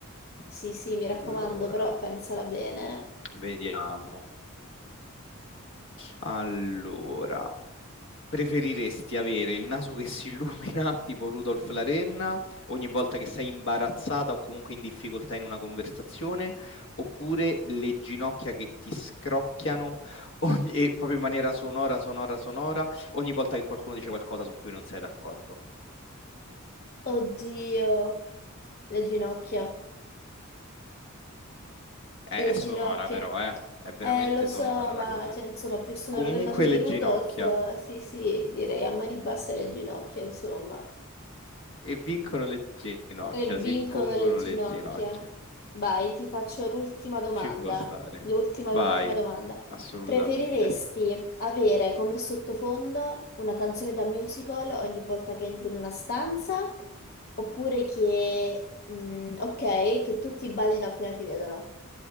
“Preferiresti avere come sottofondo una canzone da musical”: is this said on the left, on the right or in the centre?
Left